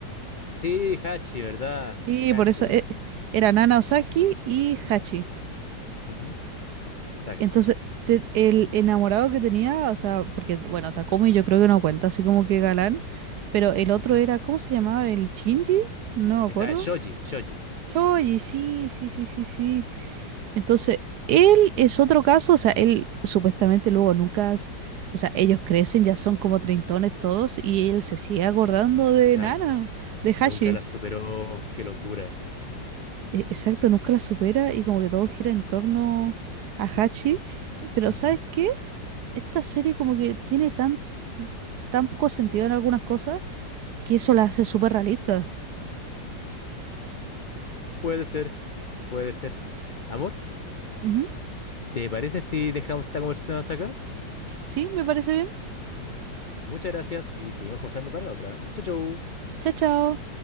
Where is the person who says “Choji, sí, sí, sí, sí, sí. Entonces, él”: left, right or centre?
Right